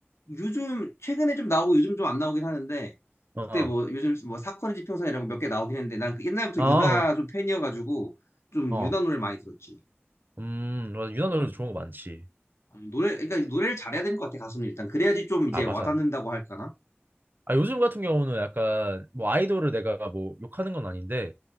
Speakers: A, on the left (about 80°); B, on the right (about 50°).
A: 요즘 최근에 좀 나오고 요즘 좀 안 나오긴 하는데
B: 어,
A: 그때 뭐 요즘 뭐 사건의 지평선 이런 거 몇 개 나오긴 했는데 난그 옛날부터
B: 어,
A: 윤하
B: 어.
A: 좀 팬이어가지고 좀
B: 어.
A: 윤하 노래 를 많이 들었지.
B: 음, 맞아. 유나 노래 좋은 거 많지.
A: 어, 노래, 그러니까 노래를 잘해야 되는 것 같아, 가수는 일단. 그래야지 좀 이제
B: 아,
A: 와닿는다고
B: 맞아.
A: 할까나?
B: 아, 요즘 같은 경우는 약간 뭐 아이돌을 내가 뭐 욕하는 건 아닌데